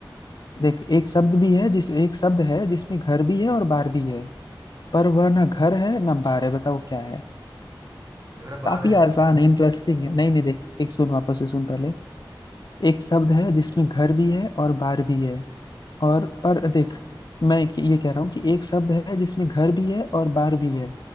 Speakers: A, on the left; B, on the right.
A: देख एक शब्द भी है जिस एक शब्द है जिसमें घर भी है और बार भी है पर वह ना घर है ना बार है बताओ क्या है
B: घर बार
A: काफी
B: है
A: आसान है इंटरेस्टिंग है नहीं नहीं देख एक सुन वापस से सुन पहले एक शब्द है जिसमें घर भी है और बार भी है और पर देख मैं एक- ये कह रहा हूँ कि एक शब्द है जिसमें घर भी है और बार भी है